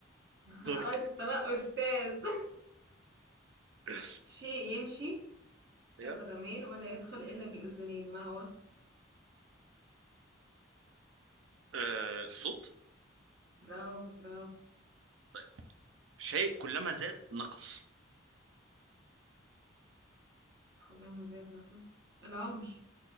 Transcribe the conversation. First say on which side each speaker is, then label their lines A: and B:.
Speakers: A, on the right; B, on the right.
A: <laughs>
B: دورك
A: على الطلاق استاذ
B: <laughs>
A: <laughs> شيء يمشي
B: ايوه
A: بلا قدمين ولا يدخل الا بالاذنين ما هو
B: آه صوت
A: برافو برافو
B: طيب شيء كلما زاد نقص
A: ادخل لما زاد نفس العمر